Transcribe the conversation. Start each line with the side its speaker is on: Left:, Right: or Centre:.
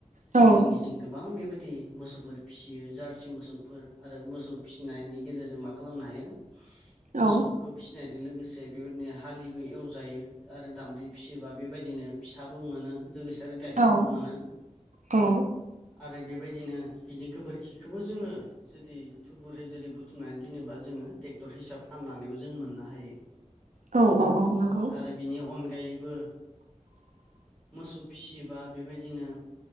Right: औ
Centre: जोंनि सिंग गोब बां बेबायदि मोसौफोर फिसियो जारसि मोसौफोर आरो मोसौ फिसिनायनि गेजेरजों माख खालामनो हायो
Right: औ
Centre: मोसौखो फिनायदो लोगोसे बेबायदिनो हालिबो एवजायो। आरो दामब्रि फिसियोबा बेबायदिनो फिसाबो मोनो लोगोसे आरो गाइखेरबो
Right: औ
Centre: मोनो।
Right: औ
Centre: आरो बेबायदिनो बिनि गोबोरखिखोबो जोङो जुदि थुबुहै जुदि बुथुमनानै जेनेबा जोङो ट्रेक्टर हिसाब फाननानैबो जों मोननो हायो।
Right: औ औ नंगौ
Centre: आरो बिनि अनगायैबो।
Right: <unintelligible>
Centre: मोसौ फिसियोबा बेबायदिनो